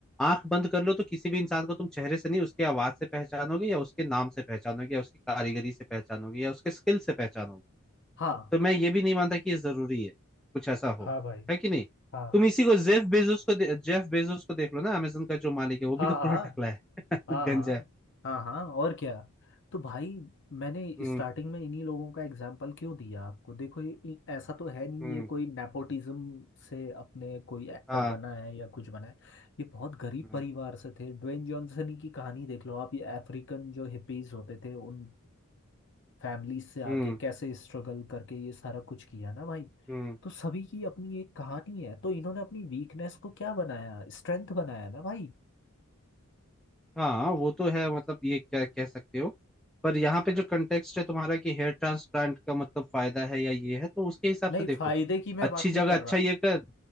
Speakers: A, in the centre; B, on the left.
A: आंख बंद कर लो तो किसी भी इंसान को तुम चेहरे से नहीं उसके आवाज से पहचानोगे या उसके नाम से पहचानोगे या उसकी कारीगरी से पहचानोगे या उसके स्किल से पहचानोगे
B: हाँ
A: तो मैं ये भी नहीं मानता कि ये जरूरी है कुछ ऐसा हो
B: हाँ भाई
A: है कि नहीं
B: हाँ
A: तुम इसी को जेफ बेजोस को दे- जेफ बेजोस को देख लो ना अमेजन का जो मालिक है वो भी
B: हाँ
A: तो पूरा
B: हाँ
A: टकला है <laughs>
B: हाँ
A: गंजा
B: हाँ
A: है
B: हाँ हाँ और क्या तो भाई मैंने
A: हम्म
B: स्टार्टिंग में इन्हीं लोगों का एग्जाम्पल क्यों दिया आपको देखो ये ये ऐसा तो है नहीं
A: हम्म
B: ये कोई नेपोटिज्म से अपने कोई एक्टर
A: हाँ
B: बना है या कुछ बना है ये बहुत गरीब
A: हाँ,
B: परिवार से थे ड्वेन जॉनसन की कहानी देख लो आप ये अफ्रीकन जो हिपीज होते थे उन फैमिली से आके
A: हम्म
B: कैसे स्ट्रगल करके ये सारा कुछ किया ना भाई
A: हम्म
B: तो सभी की अपनी एक कहानी है तो इन्होंने अपनी वीकनेस को क्या बनाया स्ट्रेंथ बनाया ना भाई
A: हाँ वो तो है मतलब ये क्या कह सकते हो पर यहाँ पे जो कंटेक्स्ट है तुम्हारा कि हेयर ट्रांसप्लांट का मतलब फायदा है या ये है तो उसके हिसाब
B: नहीं
A: से देखो
B: फायदे की मैं
A: अच्छी
B: बात
A: जगह
B: नहीं कर रहा
A: अच्छा ये कर